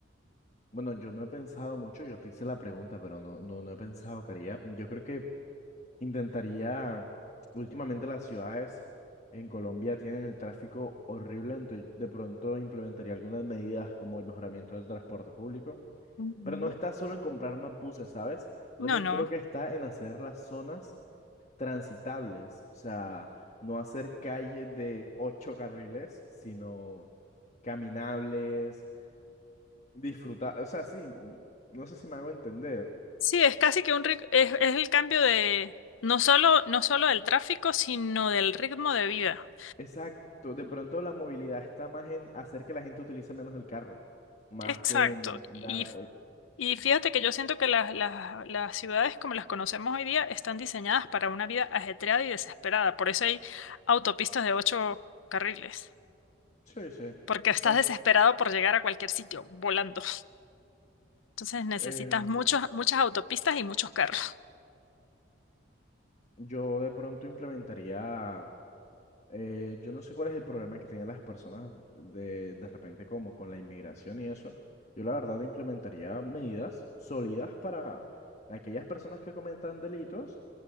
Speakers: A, on the left; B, on the left.
A: bueno, yo no he pensado mucho, yo te hice la pregunta, pero no, no, no he pensado, Caría. Yo creo que Intentaría, últimamente las ciudades en Colombia tienen el tráfico horrible, entonces de pronto implementaría algunas medidas como el mejoramiento del transporte público,
B: Ujú.
A: pero no está solo en comprar más buses, ¿sabes? Yo
B: No,
A: también
B: no.
A: creo que está en hacer las zonas transitables, o sea, no hacer calles de ocho carriles, sino caminables, disfrutar, o sea, sí, mm, no sé si me hago entender.
B: Sí, es casi que un rit- es, es el cambio de no solo no solo del tráfico, sino del ritmo de vida.
A: Exacto, de pronto la movilidad está más en hacer que la gente utilice menos el carro, más
B: Exacto.
A: que en dar...
B: Y,
A: eh,
B: y fíjate que yo siento que las, las- las ciudades como las conocemos hoy día están diseñadas para una vida ajetreada y desesperada. Por eso hay autopistas de ocho carriles.
A: sí, sí.
B: Porque estás
A: Eh,
B: desesperado por llegar a cualquier sitio, volando. Entonces necesitas
A: em,
B: muchos, muchas autopistas y muchos carros.
A: yo de pronto implementaría Eh, yo no sé cuál es el problema que tienen las personas de, de repente como con la inmigración y eso. Yo la verdad implementaría medidas sólidas para aquellas personas que cometan delitos,